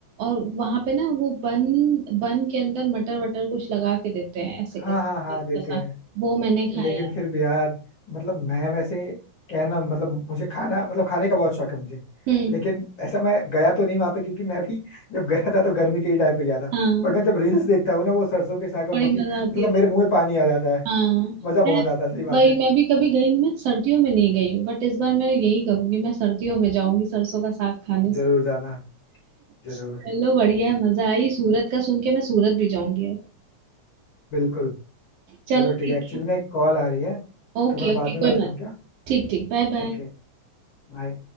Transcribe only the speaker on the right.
और वहां पे ना वो बन बन के अंदर मटर वटर कुछ लगा के देते हैं ऐसे करके
अच्छा
सा
वो मैंने खाया
हम्म
हाँ
बड़ी
मजा
आती है
हाँ
मैं
वही
मैं भी कभी गई मैं सर्दियों में नहीं गई हूँ बट इस बार मैं यही करूंगी मैं सर्दियों में जाऊंगी सरसों का साग खाने से
चलो बढ़िया है मजा आई सूरत का सुन के मैं सूरत भी जाऊंगी अब
चलो
ठीक
है
ओके
ओके
कोई
बात
नहीं
ठीक ठीक बाय बाय